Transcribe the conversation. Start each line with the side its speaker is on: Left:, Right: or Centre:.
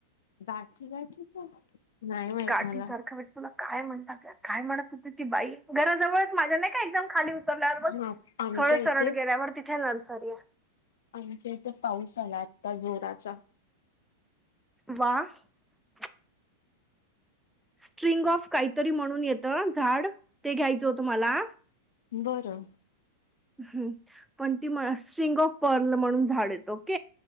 Left: गाठी गाठीच नाही माहित
Centre: गाठी
Left: मला
Centre: सारखं म्हणजे तुला काय म्हणतात का काय म्हणत त ती बाई घराजवळच माझ्या नाही का एकदम खाली उतरल्यावर
Left: हा
Centre: बग
Left: आमच्या
Centre: थोड
Left: इथे
Centre: सरळ गेल्यावर ती हे नर्सरया
Left: आमच्या इथं पाऊस आला आत्ता जोराचा
Centre: वा आ स्ट्रिंग ऑफ काहीतरी म्हणून येतं झाड ते घ्यायचं होतं मला
Left: बर आ
Centre: ह पण ती स्ट्रिंग ऑफ पर्ल म्हणून झाड येत ओक